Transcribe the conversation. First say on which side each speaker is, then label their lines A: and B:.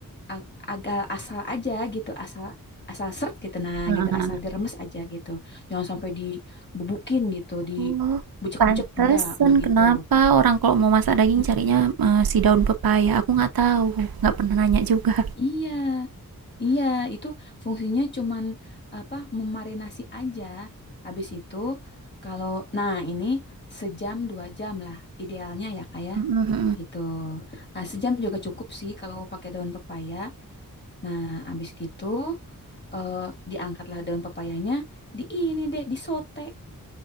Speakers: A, on the left; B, on the right.
A: a- agak asal aja gitu, asal asal seret gitu nah
B: heeh
A: gitu,
B: heeh,
A: asal diremes aja gitu. Jangan sampai dibubukin gitu, dibejek-bejek
B: Oh, pantesan
A: enggak, enggak
B: kenapa
A: gitu.
B: orang kalau mau masak daging
A: Mm,
B: carinya eh, si daun pepaya. Aku nggak tahu, nggak pernah nanya juga.
A: Iya, iya itu fungsinya cuman apa memarinasi aja. Habis itu kalau nah ini sejam dua jam lah idealnya ya kayak
B: Mm-mm-mm.
A: gitu. Nah, sejam juga cukup sih kalau pakai daun pepaya. Nah, abis gitu eh, diangkatlah daun papayanya, di ini deh, disote,